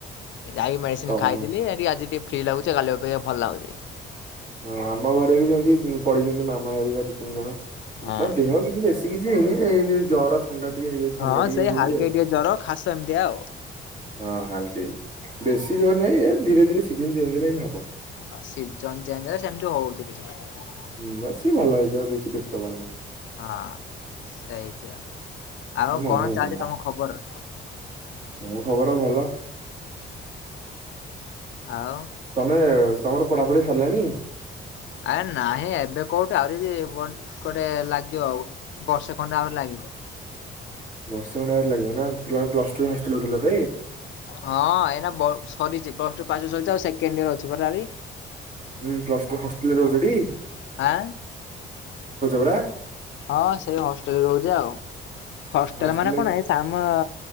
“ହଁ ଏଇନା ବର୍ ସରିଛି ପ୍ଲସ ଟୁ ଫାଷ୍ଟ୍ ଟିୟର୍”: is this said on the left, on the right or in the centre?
Left